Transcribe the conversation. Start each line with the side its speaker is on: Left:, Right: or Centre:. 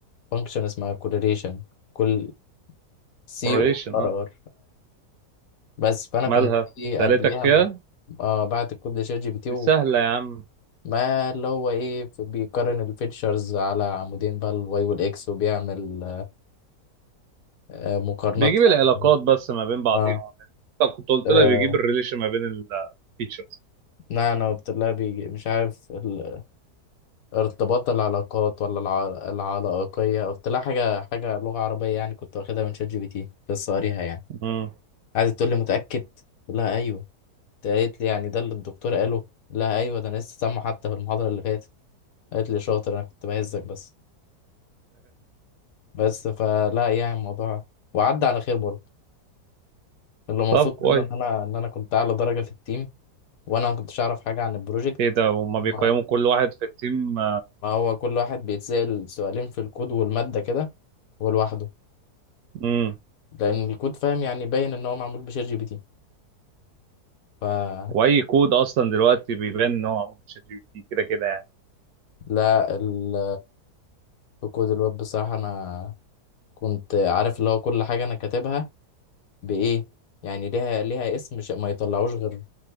Left: فانكشن اسمها كورليشن كل سي
Right: حريشن
Left: او ار
Right: اه
Left: ار بس فانا
Right: مالها
Left: كنت ايه
Right: سألتك
Left: قبليها
Right: فيها
Left: ب- آه بعت الكود لشات جي بي تي
Right: دي سهله يا عم
Left: وما اللي هو ايه ف- بيقارن الفيتشرز على عمودين بقى الواي والاكس وبيعمل آه مقارنات
Right: بيجيب العلاقات
Left: يعني
Right: بس ما بين بعضيهم
Left: اه,
Right: طب كنت قلت
Left: آه
Right: لك بيجيب الريليشن ما بين التيتشرز
Left: لا انا قلت لها بيجي مش عارف ال- ارتباط العلاقات ولا الع... العلاقية قلت لها حاجة حاجة لغة عربية يعني كنت واخدها من شات جي بي تي لسه قاريها يعني
Right: امم
Left: قعدت تقول لي متأكد قلت لها ايوه قالت لي يعني ده اللي الدكتور قاله لا ايوه ده انا لسه سامعه حتى في المحاضرة اللي فاتت قالت لي شاطر انا كنت بهزك بس بس فلا يعني الموضوع وعدى على خير برضه اللي مبسوط
Right: طب كويس
Left: منه ان انا ان انا كنت اعلى درجه في التيم وانا ما كنتش اعرف حاجه عن البروجكت
Right: ايه ده هما
Left: ما,
Right: بيقيموا كل واحد في التيم
Left: ما هو كل واحد بيتسال سؤالين في الكود والماده كده ولوحده
Right: امم
Left: لان الكود فاهم يعني باين ان هو معمول بشات جي بي تي فلا
Right: واي كود اصلا دلوقتي بيبان ان هو معمول بشات جي بي تي كده كده يعني
Left: ال- في كود الويب بصراحه انا كنت عارف اللي هو كل حاجه انا كاتبها بايه يعني ليها ليها اسم مش- ما يطلعوش غير